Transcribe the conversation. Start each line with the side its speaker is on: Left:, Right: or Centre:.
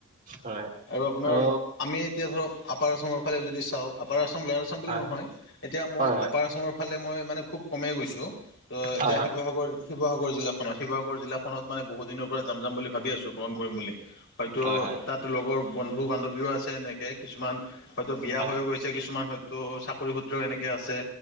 Right: হয়
Left: আৰু আপোনাৰ
Right: অ
Left: আমি - এতিয়া ধৰক আপাৰ আচামৰ ফালে যদি চাওঁ আপাৰ আচাম লয়াৰ আচাম বুলি
Right: হয়
Left: নহয়, এতিয়া মই
Right: হয়
Left: আপাৰ আচাম - সেইফালে মই মানে খুব কমেই গৈছো ত এতিয়া
Right: হয় হয়
Left: শিৱসাগৰ - শিৱসাগৰ জিলাখনত শিৱসাগৰ জিলাখনত মানে বহু দিনৰ পৰা যাম যাম বুলি ভাবি আছো, ভ্ৰমণ কৰিম বুলি। হয়তো
Right: হয় হয়
Left: তাত লগৰ বন্ধু বান্ধৱীও আছে সেনেকে কিছুমান হয়তো বিয়া
Right: হয়
Left: হৈও গৈছে - ছে কিছুমান হয়তো চাকৰি সূত্ৰও এনেকে আছে